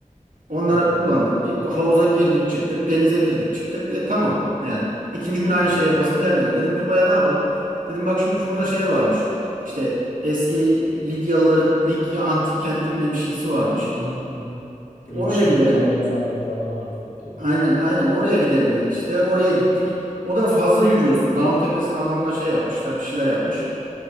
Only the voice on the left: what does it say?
Bak o
doğru.
Aquapark
benim
için.
Hı hı hı. hı. Ölüşehir'in
kaya mezarları falan vardı Fethiye'de.